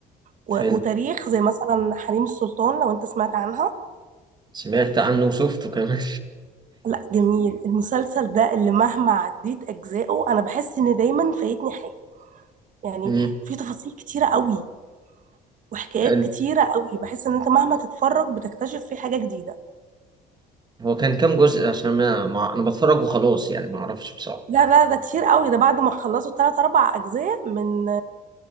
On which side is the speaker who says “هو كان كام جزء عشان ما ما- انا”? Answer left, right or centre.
Right